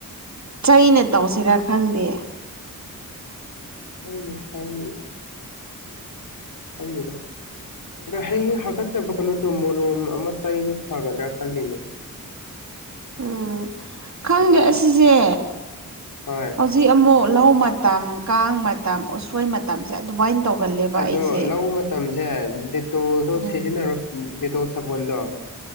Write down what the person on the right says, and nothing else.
ꯆꯩꯩꯅ ꯇꯧꯁꯤꯔꯥ ꯈꯪꯗꯦ
ꯎꯝ ꯈꯪꯗꯦ ꯑꯁꯤꯁꯦ
ꯍꯧꯖꯤꯛ ꯑꯃꯨꯛ ꯂꯧ ꯃꯇꯝ ꯀꯥꯡ ꯃꯇꯝ ꯎꯁꯣꯏ ꯃꯇꯝꯁꯦ ꯑꯗꯨꯃꯥꯏꯅ ꯇꯧꯒꯜꯂꯦꯕ
ꯑꯩꯁꯦ
ꯎꯝ